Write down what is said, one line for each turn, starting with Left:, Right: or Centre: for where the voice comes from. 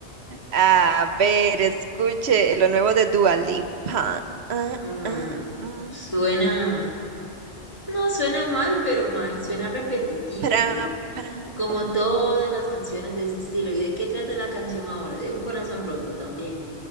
Right: A ver, escuche lo nuevo de Dua Lipa. Ah,
Left: Mm,
Right: ah, mm,
Left: suena. No suena mal, pero mae, suena repetitivo,
Right: pra,
Left: como,
Right: pra,
Left: como
Right: pra.
Left: todas las canciones de ese estilo. ¿Y de qué trata la canción ahora? De un corazón roto también.